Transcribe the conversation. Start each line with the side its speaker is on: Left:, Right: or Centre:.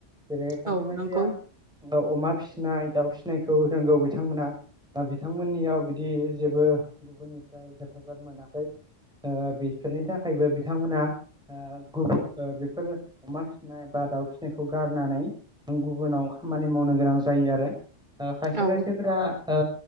Centre: जेरै खायसे
Right: औ
Centre: खायसेया
Right: नंगौ
Centre: अ अमा फिसिनाय दाउ फिसिनायखौ रोंगौ बिथांमोना आ बिथांमोननियाव बिदि जेबो गुबुननिफ्राय हेफाजाब मोनाखै। ओ बेफोरनि थाखायबो बिथांमोना आ गुबुन ओ बेफोर अमा फिसिनाय बा दाउ फिनायखौ गार होननानै गुबुनाव खामानि मावनो गोनां जायो आरो आ खायसे
Right: औ
Centre: खायसेफोरा आ